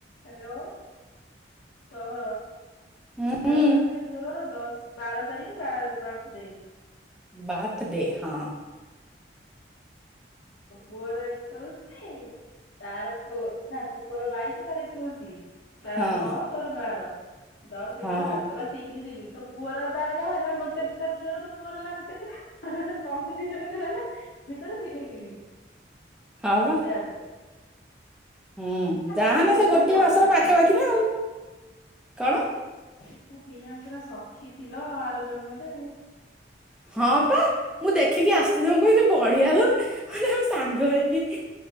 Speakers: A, on the left; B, in the centre.
A: Hello କହ
B: ହୁଁ
A: ଚାଲ ଚାଲ ସେ ର ଦଶ ବାର ତାରିଖ ପାଞ୍ଚ ତାରିଖ
B: ବାତ ଦେ ହଁ।
A: ପୁଅର ଏକୋଉଶି। ତାର ନା ତ <unintelligible> ବାଇଶି ତାର ଏକୋଇଶି ତାର
B: ହଁ
A: ନଅ ତୋର ବାର। ଦଶସ ଏଗର
B: ହଁ
A: <unintelligible> ତିନି ଦିନି ତ ପୁଅର ତାର ହେଲା ଗୋଟେ ଦିନ ଥିଲା ଝିଅର ତ ପୁଅର ହେଲା ଗୋଟେ ଥିଲା କଁତି ଜଣଙ୍କର ଭିତରେ ତିନି ଦିନି।
B: ହଁ ବା
A: ଜୟପି
B: ହୁଁ ଯାହାନ
A: ତମେ ଦି ଜଣ
B: ସେ ଗୋଟିଏ
A: ପୁରା ସଖୀ
B: ମାସର ପାଖାପାଖିରେ
A: ଥିଲ
B: ଆଉ କଣ
A: ତମେ ଦିଇ ଜଣଙ୍କର ପୁରା ସଖୀ ଥିଲ ଆର ଜନ୍ମରେ।
B: ହଁ ପା ମୁଁ ଦେଖିକି ଆସି ଦେବ କହିଲେ ବଢିଆ ହେଲା। ମାନେ ଆଉ ସାଙ୍ଗ ହେଇକି